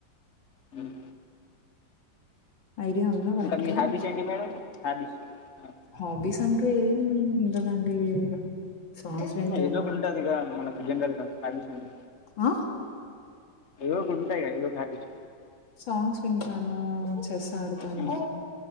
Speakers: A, on the left; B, on the left.
A: హ్మ్.
B: ఐడియా ఉందా వైన్
A: ఇంకా మీ
B: కలర్?
A: హాబీస్ ఏంటి మేడమ్ హాబీస్ ఆ!
B: హాబీస్ అంటూ ఏం ఉండదండి. సాంగ్స్
A: ఉమ్
B: వింటాను.
A: ఏదో ఒకటి ఉంటది కదా. మనకు జనరల్ గా హాబీస్ అని
B: ఆహ్
A: ఏదో ఒక ఉంటాయి కదా ఏదో ఒక హాబీస్
B: సాంగ్స్ వింటాను, చెస్ ఆడతాను,
A: హ్మ్.